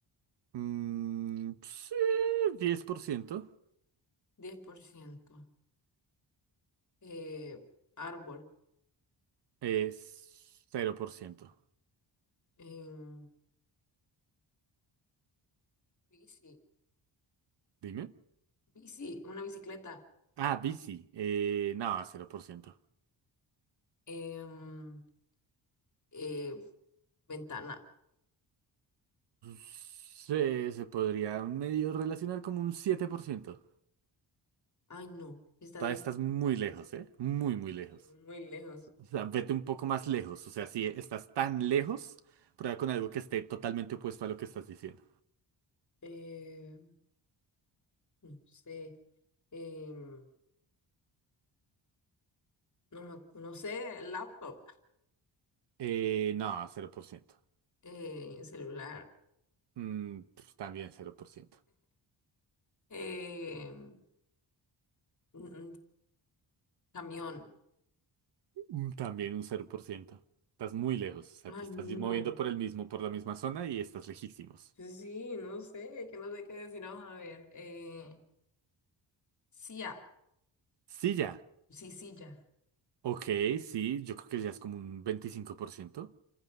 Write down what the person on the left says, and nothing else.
diez por ciento Eh, árbol.
em, bici.
Bici, una bicicleta.
em, eh, ventana.
Ay, no. Está
di-
eh, muy lejos.
Eh, no sé. em, no, me no sé. Laptop.
eh, celular.
em, mm, camión.
Ay,
no.
Sí, no sé, que no sé qué decir. Vamos a ver. Eh, silla,
sí, silla.